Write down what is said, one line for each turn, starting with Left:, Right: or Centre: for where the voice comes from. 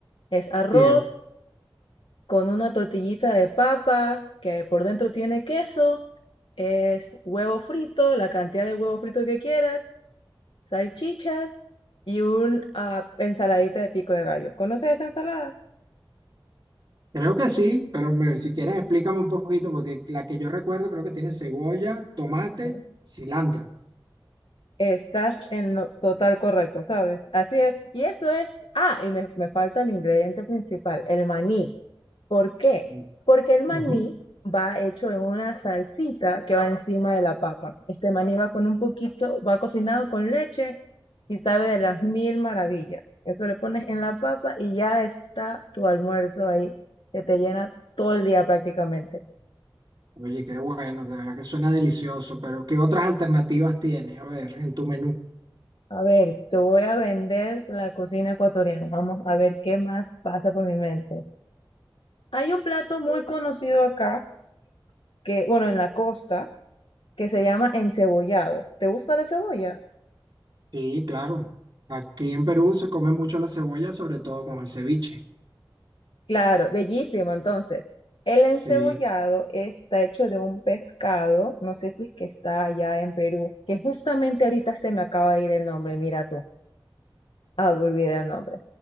Left: Es arroz
Right: Sí, em,
Left: con una tortillita de papa que por dentro tiene queso Es huevo frito, la cantidad de huevo frito que quieras, salchichas y un ah, ensaladita de pico de gallo. ¿Conoces esa ensalada?
Right: creo que sí, pero me- si quieres explícame un poquito porque la que yo recuerdo creo que tiene cebolla, tomate,
Left: Bueno,
Right: cilantro.
Left: Estás en lo total correcto, ¿sabes? Así es. Y eso es. Ah, y me, me falta el ingrediente principal, el maní. ¿Por qué?
Right: Mm,
Left: Porque el maní
Right: Ujú.
Left: va hecho en una salsita que va encima de la papa. Este maní va con un poquito, va cocinado con leche y sabe de las mil maravillas. Eso lo pones en la papa y ya está tu almuerzo ahí, que te llena todo el día prácticamente.
Right: Oye, qué bueno, de verdad que suena delicioso, pero ¿qué otras alternativas tienes? A ver, en tu menú.
Left: A ver, te voy a vender la cocina ecuatoriana. Vamos a ver qué más pasa por mi mente. Hay un plato muy conocido acá, que, bueno, en la costa, que se llama encebollado. ¿Te gusta la cebolla?
Right: Sí, claro. Aquí en Perú se come mucho la cebolla, sobre todo con el ceviche.
Left: Claro, bellísimo. Entonces, el
Right: Sí,
Left: encebollado está hecho de un pescado, no sé si es que está allá en Perú, que justamente ahorita se me acaba de ir el nombre, mira tú. Ah, me olvidé el nombre.